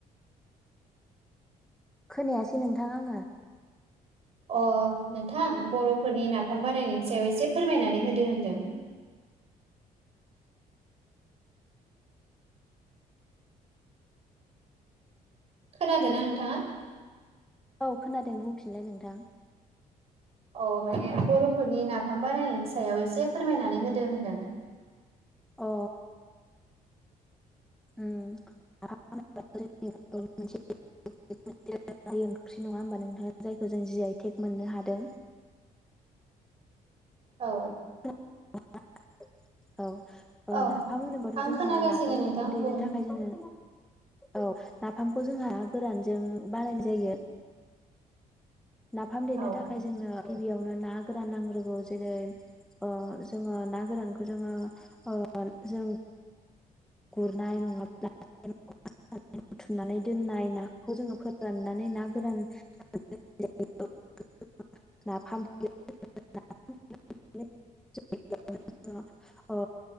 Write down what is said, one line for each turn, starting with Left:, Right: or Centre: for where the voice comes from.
Centre: खोनायासै नोंथां आङो।
Right: अ नोंथां बर'फोरनि नाफाम बानायनायनि सायाव एसे फोरमायनानै होदो होनदों। खोनादो ना नोंथाङा?
Centre: औ खोनादों बुंफिनलाय नोंथां?
Right: औ माने बर'फोरनि नाफाम बानायनायनि सायाव एसे फोरमायनानै होदो होनदों।
Centre: अ उम नाफाम होनोब्ला जोंनि बर'नि मोनसे <unintelligible> ओंख्रि नङा होमबा नोंथां जायखौ जों जि आइ टेक मोननो हादों।
Right: औ
Centre: मा <unintelligible> औ ओ
Right: औ
Centre: नाफाम होनोबाथ
Right: आं
Centre: जोंहा
Right: खोनागासिनो
Centre: नाफामखौ
Right: नोंथां
Centre: देनो
Right: बुं
Centre: थाखाय जोङो औ नाफामखौ जोंहा ना गोरानजों बानायनाय जायो। नाफाम देनो
Right: औ
Centre: थाखाय जोंनो गिबियावनो ना गोरान नांग्रोगौ जेरै ओ जोङो ना गोरानखो जोङो ओ जों गुरनाय नङाब्ला <unintelligible> बुथुमनानै दोननाय नाखौ जोङो फोराननानै ना गोरान <unintelligible> <unintelligible> ओ